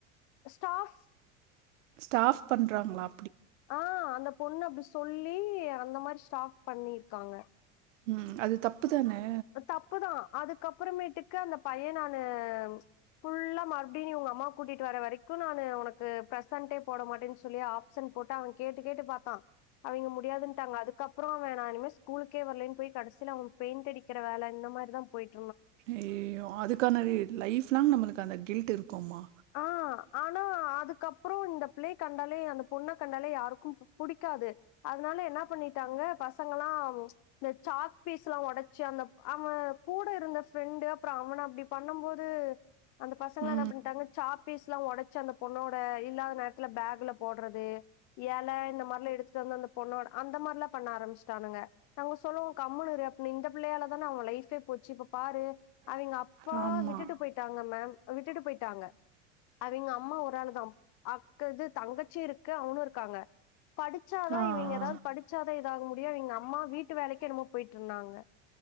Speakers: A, on the left; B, on the right.
A: ஸ்டாஃப்
B: ஸ்டாஃப் பண்றாங்க்ளா
A: ஆஹ் அந்தப் பொண்ணு அப்டி சொல்லி அந்த மாரி ஸ்டாஃப் பண்ணிருக்காங்க
B: உம் அது தப்புதானே
A: தப்புதா அதுக்கப்புறமேட்டுக்கு அந்த பைய நானு ஃபுல்லா மறுபடியு நீ உங்க அம்மா கூட்டிட்டு வர வரைக்கு நானு உனக்கு பிரசன்டே போட மாட்டேன்னு சொல்லி ஆப்சன்ட் போட்டு அவ கேட்டு கேட்டு பாத்தா அவைங்க முடியாதுன்ட்டாங்க அதுக்கப்புறோ நா இனிமே ஸ் ஸ்கூலுக்கே வரலைன்னு போய் கடைசில அவ பெயிண்ட் அடிக் க்குற வேல இந்த மாரிதா போயிட்
B: ஐயய்யோ அதுக்கான ரீ லைஃப்லாங் நம்பளுக்கு அந்த கில்ட் இருக்கும்மா
A: ஆஹ் ஆனா அதுக்கப்புறோ இந்த பிள்ளைய கண்டாலே அந்த பொண்ண கண்டாலே யாருக்கும் பு புடிக்காது அதனால என்ன பண்ணிட்டாங்க பசங்களாம் ச் இந்த சாக் பீஸ்லா ஒடச்சு அந்த அவ கூட இருந்த ஃப்ரெண்டு அப்புற அவன அப்டி பன்னும் போது அந்த பசங்களா
B: பசங்க
A: என்ன பண்ணிட்டாங்க சாப்பீஸ்லா ஒடச்சு அந்த பொண்ணோட இல்லாத நேரத்துல பேக்ல போட்றது ஏல இந்த மாரிலா எடுத்துட்டு வந்து அந்த பொண்ணோட அந்த மாரிலாப் பண்ண ஆரம்பிச்சுட்டானுங்க நாங்க சொல்லுவோ கம்முனு இரு அப்ப இந்த பிள்ளையால தான அவ லைஃப் ப்பே போச்சி இப்ப பாரு அவங்க
B: அவிங்க
A: அப்பா
B: ஆமா
A: விட்டுட்டு போயிட்டாங்க மேம் விட்டுட்டு போயிட்டாங் அவங்க அம்மா ஒரு ஆளுதான் அப் த்தது தங்கச்சி இருக்கு அவனும் இருக்காங்க படிச்சாதான்
B: படிச்சாதா
A: இவங்க ஏதாவது படிச்சாதா ஆக முடியும் இவங்க அம்மா வீட்டு வேலைக்கு என்னமோ போயிட்டு இருந்தாங்க